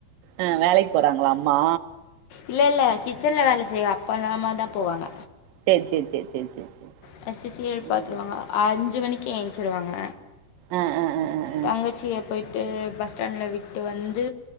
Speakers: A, on the right (about 70°); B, on the left (about 75°).
A: ஆ வேலைக்கு போறாங்களா அம்மா
B: இல்ல இல்ல கிச்சன்ல வேல செய்றாங் அப்பறமா தா போவாங்க
A: சேர் சேர் சேர் சேர் சேர் சேரி
B: ஃப்ஸ்ட்டு சீரியல பார்த்துருவாங்க
A: ம்
B: அஞ்சு மணிக்கே எய்ஞ்ச்சுருவாங்க
A: ஆ ஆ ஆ ஆ ஆ
B: தங்கச்சிய போய்ட்டு பஸ் ஸ்டாண்டுல விட்டு வந்து